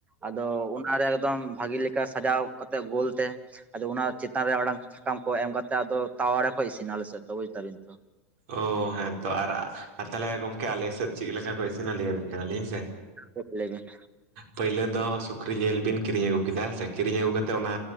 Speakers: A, on the right (about 20°); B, on the right (about 70°).
A: ᱟᱫᱚ ᱚᱱᱟᱨᱮ ᱮᱠᱫᱚᱢ ᱵᱷᱟᱜᱮ ᱞᱮᱠᱟ ᱥᱟᱡᱟᱣ ᱠᱟᱛᱮᱜ ᱜᱳᱞ ᱛᱮ, ᱟᱫᱚ ᱚᱱᱟ ᱪᱮᱛᱟᱱ ᱨᱮ ᱢᱤᱫᱴᱟᱝ ᱪᱷᱟᱠᱟᱢ ᱠᱚ ᱮᱢ ᱠᱟᱛᱮ ᱟᱫᱚ ᱛᱟᱣᱟ ᱨᱮ ᱠᱚ ᱤᱥᱤᱱᱟ ᱟᱞᱮ ᱥᱮᱫ ᱫᱚ, ᱵᱩᱡᱽ ᱫᱟᱵᱤᱱ ᱛᱚ᱾
B: ᱚ ᱦᱮᱸ ᱛᱚ, ᱟᱨ ᱟᱨ ᱛᱟᱞᱦᱮ ᱜᱚᱢᱠᱮ ᱟᱞᱮ ᱥᱮᱫ ᱪᱤᱫ ᱞᱮᱠᱟ ᱠᱚ ᱤᱥᱤᱱᱟ ᱞᱮᱭ ᱟᱵᱤᱱ ᱠᱟᱱᱟᱞᱤᱧ, ᱦᱮ ᱥᱮ?
A: <unintelligible> ᱞᱮᱣ ᱵᱤᱱ᱾
B: ᱯᱟᱹᱭᱞᱟᱹ ᱫᱚ ᱥᱩᱠᱨᱤ ᱡᱮᱞ ᱵᱤᱱ ᱠᱤᱨᱤᱧ ᱟᱹᱜᱩ ᱠᱮᱫᱟ ᱥᱮ, ᱠᱤᱨᱤᱧ ᱟᱹᱜᱩ ᱠᱟᱛᱮ ᱚᱱᱟ